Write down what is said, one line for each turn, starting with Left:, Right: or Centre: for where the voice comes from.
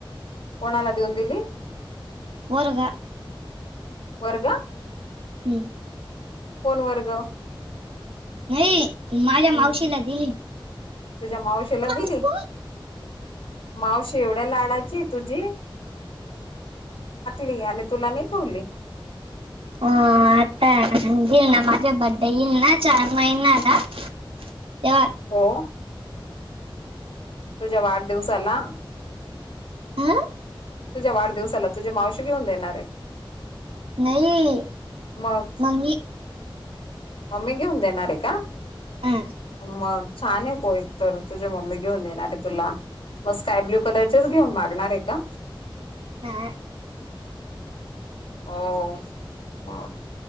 Left: कोणाला देऊन दिली?
Right: पोरगा
Left: पोरगा?
Right: हम्म.
Left: फोन वर्ग
Right: नाही माझ्या
Left: हम्म
Right: मावशीला दिली.
Left: तुझ्या मावशीला
Right: हम्म.
Left: दिली मावशी एवढ्या लाडाची तुझी ली आणि तुला नाही ठेवली.
Right: हो आता ईलना माझ्या बड्डे ईल ना चार महिना आला तेव्हा
Left: हो, तुझ्या वाढदिवसाला
Right: आ?
Left: तुझ्या वाढदिवसाला तुझे मावशी घेऊन देणार आहे.
Right: नाही
Left: मग
Right: मम्मी
Left: मम्मी घेऊन देणार रे का
Right: ह
Left: मग? छान <unintelligible> तर तुझी मम्मी घेऊन देणार तुला. मग स्काय ब्लू कलरचेच घेऊन मागणार आहे का?
Right: नाय.
Left: हो. मग